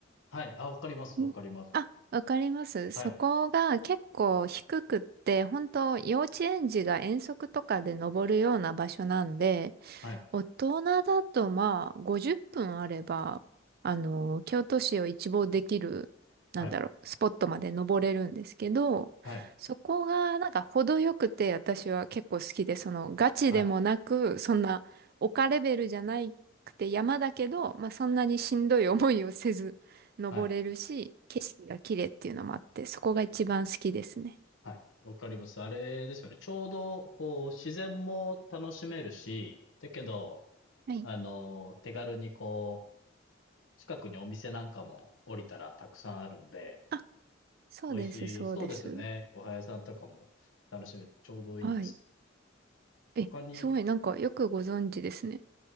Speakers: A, on the left (about 85°); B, on the right (about 50°).
A: はい。あ、わかります、わかります。
B: んあ、わかります。そこが結構低くって、
A: はい、
B: 本当幼稚園児が遠足とかで登るような場所なんで、
A: はい、
B: 大人だとまあ50分あれば、あの、京都市を一望できる、なんだろう、
A: はい、
B: スポットまで登れるんですけど、
A: はい、
B: そこがなんか程よくて私は結構好きで、そのガチでもなく、
A: はい、
B: そんな丘レベルじゃなくて山だけど、まあそんなにしんどい思いをせず登れるし、
A: はい。
B: 景色が綺麗っていうのもあって、そこが一番好きですね。
A: はい。わかります。あれですよね。ちょうど、こう、自然も楽しめるし、だけど、
B: はい。
A: あの、手軽にこう、近くにお店なんかも降りたらたくさんあるんで、
B: あ、そうです、
A: 美味しい。
B: そうです。
A: そうですよね。ごは屋さんとかも楽しめて、ちょうどいいです。
B: はい。え、
A: 他に、
B: すごい、なんかよくご存知ですね。